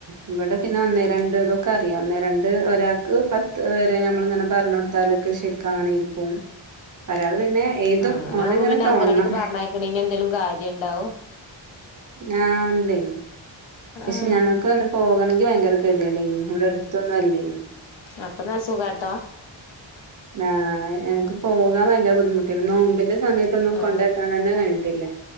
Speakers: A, on the right; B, on the left.
A: ഇങ്ങടെ പിന്നെ ഒന്നേ രണ്ട് തൊക്കെ അറിയാം ഒന്നേ രണ്ട് ഒരാൾക്ക് പത്ത് വരെ ഞമ്മൾങ്ങനെ പറഞ്ഞഞ് കൊടുത്താലൊക്കെ ശരി കാണി ക്കും ഒരാള് പിന്നെ എഴുതും
B: അങ്ങനെ
A: ഓനിങ്ങനെ
B: യാകുബൊ പിന്നെ
A: തോന്നണം
B: അഗാടിക്ക് പറഞ്ഞേക്ക്ണെൻ എന്തെലും കാര്യം ഇണ്ടാവും
A: ആഹ് ഇന്ടെ പക്ഷെ
B: ആഹ്
A: ഞങ്ങൾക്ക് പോകണമെങ്കിൽ ഭയങ്കര ഇത് കേദേഡ് നി ഇവിടെ അടുത്തൊന്നും അല്ലേ നി
B: അപ്പൊ നല്ല സുഖാട്ടോ
A: ആഹ് ഞങക്ക് പോകാൻ ഭയങ്കര ബുദ്ധിമുട്ടേ നി നോമ്പിന്റെ സമയത്തൊന്നും
B: ആഹ്
A: കൊണ്ടക്കാൻ തന്നെ കഴിഞ്ഞിട്ടില്ല